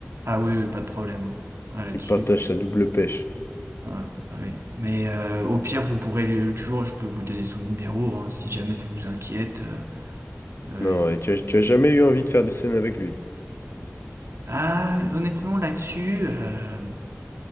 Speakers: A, on the right; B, on the left.
A: Ah oui, oui, pas de problème. hein. Ah, là-dessus.
B: Il partage sa double pêche.
A: Ouais, ouais. Mais euh, au pire, vous pourrez lui- toujours, je peux vous donner son numéro hein, si jamais ça vous inquiète. euh, euh.
B: Non, et tu as, tu as jamais eu envie de faire des scènes avec lui.
A: Ah, honnêtement, là-dessus, euh,